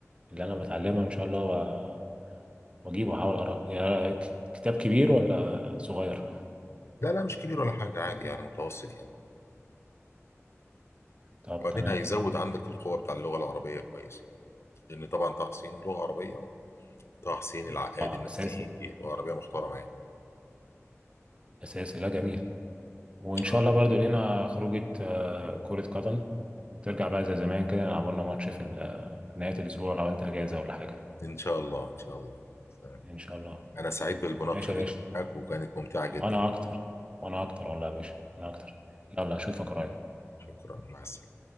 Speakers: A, on the right; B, on the left.
A: اللي انا بتعلمها ان شاء الله واجيبه احاول اقراه يا ك- كتاب كبير ولا صغير
B: لا لا مش كبير ولا حاجة عادي يعني متوسط يعني
A: طب
B: وبعدين
A: تمام
B: هيزود عندك القوة بتاع اللغة العربية كويس يعني لأن طبعا طه حسين لغة عربية طه حسين العقاد
A: اه
B: الناس
A: اساسي
B: دي لغة عربية محترمة يعني
A: اساسي لا جميل وان شاء
B: اه طبعا
A: الله برضو لينا خروجه آه، كره قدم وترجع بقى زي زمان كده نلعب لنا ماتش في ال- آه، نهايه الاسبوع لو انت اجازه ولا حاجه
B: إن شاء الله إن شاء الله سلام.
A: ان شاء الله
B: أنا سعيد بالمناقشة
A: ماشي يا
B: دي
A: باشا
B: معاك وكانت ممتعة جدا
A: وانا اكتر وانا اكتر والله يا باشا انا اكتر يلا اشوفك قريب
B: شكرا مع السلامة